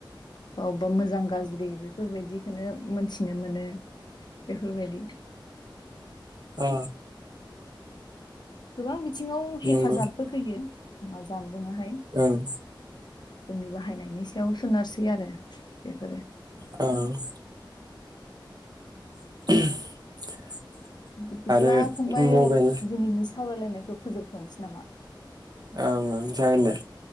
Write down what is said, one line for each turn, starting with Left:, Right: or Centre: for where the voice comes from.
Left: अबबा मोजां गाज्रि बे बेफोरबायदिखोनो मोनथिनो मोनो। बेफोरबायदि
Right: अ
Left: गोबां बि थिङाव हेफाजाबबो
Right: नंगौ
Left: होयो। माजान बुङाहाय जोंनि
Right: ओं
Left: बाहायनायनि सायावस सोनारसै आरो बेफोरो
Right: औ <inaudible>
Left: बिदिब्ला
Right: आरो
Left: फंबाय
Right: मबाइल
Left: दिनैनिस सावरायलायनायखौ फोजोबथ'नोसै नामा?
Right: ओं ओं जागोन दे।